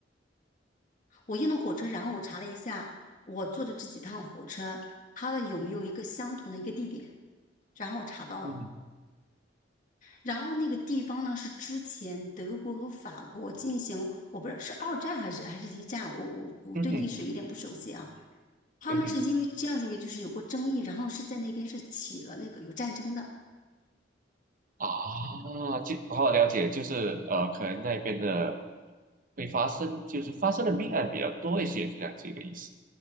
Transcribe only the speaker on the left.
我用的火车，然后我查了一下我坐的这几趟火车，它的有没有一个相同的一个地点，然后我查到了。
然后那个地方呢，是之前德国和法国进行，我不知道是二战还是还是一战，我我我对历史有点不熟悉啊。
他们是因为这样，
因为就是有过争议，然后是在那边是起了那个有战争的。